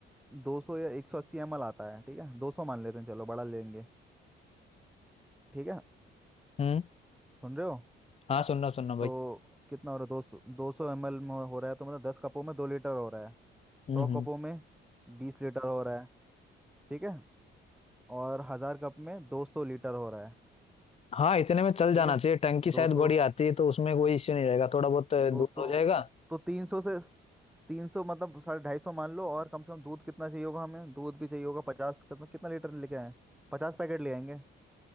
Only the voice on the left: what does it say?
हम्म
हाँ सुनना सुनना भाई
हम्म
हम्म
हाँ इतने में चल
जाना
चाहिए टंकी शायद
बड़ी आती है तो उसमें कोई इश्यू नहीं रहेगा थोड़ा बहुत
दूध
हो जाएगा